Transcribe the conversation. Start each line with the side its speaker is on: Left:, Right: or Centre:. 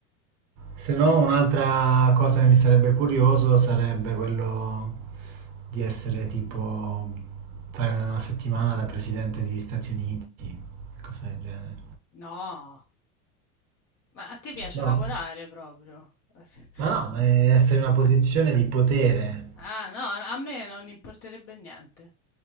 Right: Se no, un'altra cosa che mi sarebbe curioso sarebbe quello di essere tipo fare una settimana da presidente degli Stati Uniti, cosa del genere.
Left: No, ma a te piace
Right: No,
Left: lavorare proprio. <laughs>
Right: ma no, ma è essere in una posizione di potere.
Left: Ah, no, a me non importerebbe niente.